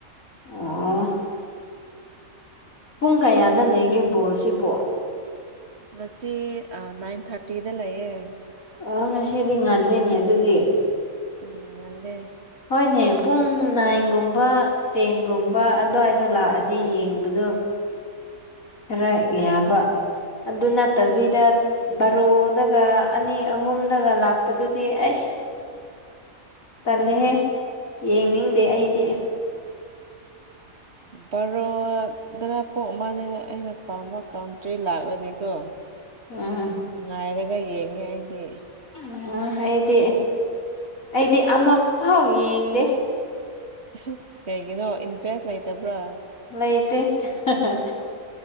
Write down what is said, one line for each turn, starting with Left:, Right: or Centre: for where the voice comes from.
Left: ꯑꯣ ꯄꯨꯡ ꯀꯌꯥꯗ
Right: ꯅꯪꯗꯤ
Left: ꯂꯩꯒꯦ ꯕꯣꯜꯁꯤꯕꯣ
Right: ꯉꯁꯤ ꯑꯥ ꯅꯥꯏꯟ ꯊꯥꯔꯇꯤꯗ ꯂꯩꯌꯦ
Left: ꯑꯥ ꯉꯁꯤꯗꯤ ꯉꯥꯟꯂꯦꯅꯦ ꯑꯗꯨꯗꯤ
Right: ꯎꯝ ꯉꯟꯂꯦ
Left: ꯍꯣꯏꯅꯦ ꯄꯨꯡ ꯅꯥꯏꯟꯒꯨꯝꯕ ꯇꯦꯟꯒꯨꯝꯕ ꯑꯗꯨꯋꯥꯏꯗ ꯂꯥꯛꯑꯗꯤ ꯌꯦꯡꯕꯗꯣ ꯈꯔ
Right: ꯎꯝ
Left: ꯌꯥꯕ ꯑꯗꯨ ꯅꯠꯇꯕꯤꯗ ꯚꯔꯣ ꯗꯒ ꯑꯅꯤ ꯑꯍꯨꯝꯗꯒ ꯂꯥꯛꯄꯗꯨꯗꯤ ꯑꯩꯁ ꯇꯜꯂꯦꯍꯦ
Right: ꯎꯝ
Left: ꯌꯦꯡꯅꯤꯡꯗꯦ ꯑꯩꯗꯤ
Right: ꯎꯝ ꯕꯥꯔꯣꯗꯔꯥ ꯄꯨꯡ ꯑꯃꯅꯤꯅ ꯑꯩꯅ ꯄꯥꯝꯕ ꯀꯥꯟꯇ꯭ꯔꯤ ꯂꯥꯛꯂꯗꯤꯀꯣ
Left: ꯎꯝ
Right: ꯉꯥꯏꯔꯒ ꯌꯦꯡꯉꯦ ꯑꯩꯗꯤ
Left: ꯑꯣ ꯑꯩꯗꯤ ꯑꯩꯗꯤ ꯑꯃ ꯐꯥꯎ ꯌꯦꯡꯗꯦ
Right: ꯑꯁ ꯀꯩꯒꯤꯅꯣ ꯏꯟꯇꯔꯦꯁ ꯂꯩꯇꯕ꯭ꯔꯥ
Left: ꯂꯩꯇꯦ ꯍꯥꯍꯥꯩ